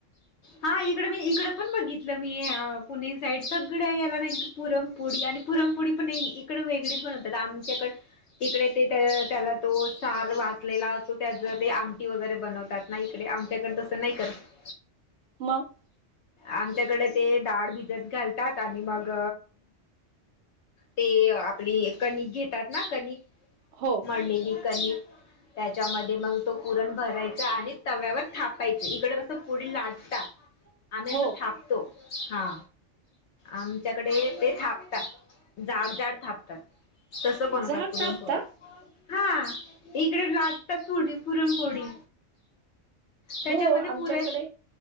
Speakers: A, on the left; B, on the right.
A: हा इकड मी इकड पण बघितलं मी पुणे साईड सगळं याला ना पुरणपोळी आणि पुरणपोळी पण इकडं वेगळीच बनवतात आमच्याकडे इकडे ते त्या त्याला तो सार वाचलेला असतो त्याच ते आमटी वगैरे बनवतात. नाहीकडे आमच्याकडे तसं नाही करत.
B: मग?
A: आमच्याकडे ते डाळ भिजत घालतात आणि मग ते आपली कणिक घेतात ना कणिक
B: हो
A: मळलेली कणिक. त्याच्यामध्ये मग तो पुरण भरायचा आणि तव्यावर थापायच इकड कसं पुरी लाटतात. आम्ही असं
B: हो
A: थाकतो हा. आमच्याकडे तेच थापता, जाड जाड थापतात. तसं बनवतात
B: झाड
A: पुुरूनपोळी.
B: थापता
A: हा, इकडे लाटतात पुरणपोळी. त्याच्यामध्ये
B: हो आमच्याकडे
A: पुरन,